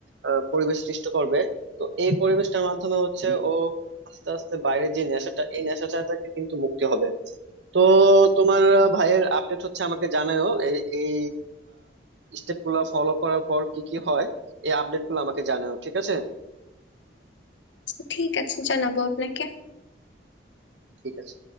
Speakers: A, on the right; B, on the left.
A: আহ, পরিবেশ সৃষ্টি করবে তো এই পরিবেশটার মাধ্যমে হচ্ছে ও আস্তে আস্তে বাইরের যে নেশাটা এই নেশাটা থেকে কিন্তু মুক্তি হবে তো তোমার ভাইয়ের আপডেট হচ্ছে আমাকে জানাও এই এই স্টেপ গুলা ফলো করার পর কি কি হয় এই আপডেট গুলো আমাকে জানাও ঠিক আছে
B: আচ্ছা, ঠিক আছে জানাবো আপনাকে
A: ঠিক আছে